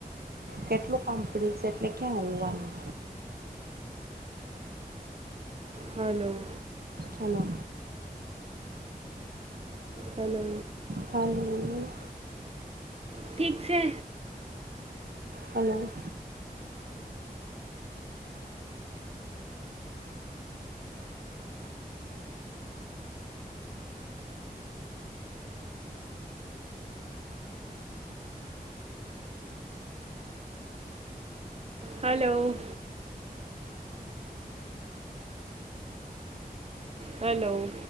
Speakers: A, on the right; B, on the right.
A: કેટલું કામ પડયુ છે એટલે ક્યાં હુવાનું.
B: Hello!
A: Hello!
B: Hello!
A: Hello you.
B: ઠીક છે.
A: હલો!
B: હલો! હલો!